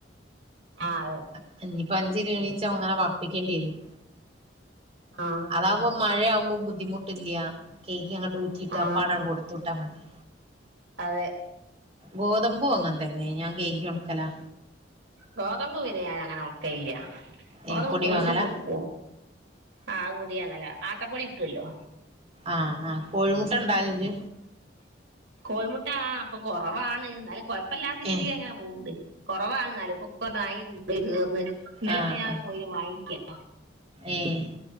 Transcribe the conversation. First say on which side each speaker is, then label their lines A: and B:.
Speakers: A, on the right; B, on the right.
A: ആഹ് അതെ
B: അഹ് ഇഞ്ഞിപ്പ അഞ്ച് കിലോനീച്ചെ അങ്ങനെ വർപ്പിക്കേണ്ടി വെരും
A: ആഹ്
B: അതാവുമ്പൊ മഴയാവ്മ്പൊ ബുദ്ധിമുട്ടില്ല്യ കെയ്കി അങ്ങട് ഊറ്റിട്ട്
A: ആ
B: അപ്പാടെ ആണ്ട് കൊട്ത്ത് വിട്ടാ മതി
A: അതെ
B: ഗോതമ്പും അങ്ങൻതന്നെ ഞാൻ കെയ്കി ഒണക്കലാ
A: ഗോതമ്പ് പിന്നെ ഞാനങ്ങനെ ഒണക്കലില്ല്യാ
B: ഏ
A: ഗോതമ്പ്
B: പൊടി
A: കോഴിക്കക്ക്
B: വാങ്ങലാ
A: കൊട്ക്കു ആഹ് അഹ് പൊടി വാങ്ങലാ ആട്ടപ്പൊടി കിട്ടൊല്ലോ
B: ആഹ് ആഹ് കോഴിമുട്ട ഇണ്ടാവൽണ്ട്
A: കോഴിമുട്ടാ ആഹ് പ്പം കൊറവാണ് ന്നാലും കൊഴപ്പല്ലാത്ത രീതിലങ്ങനെ
B: ഏഹ്
A: പോവ്ണ്ട് കൊറവാണ് ന്നാലുപ്പൊ ഒക്കെ നായിം <unintelligible> കൊണ്ടോയി തീർന്ന് ഇന്നലപ്പ
B: ആഹ്
A: പ്പ ഞാ
B: ആഹ്
A: ഒരു കൊഴീനെ വാങ്ങിക്ക്യാ
B: ഏഹ്